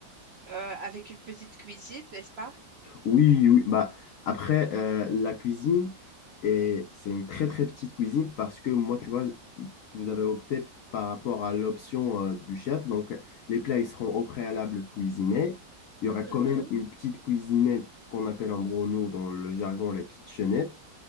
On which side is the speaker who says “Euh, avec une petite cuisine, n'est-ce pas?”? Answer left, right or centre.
Right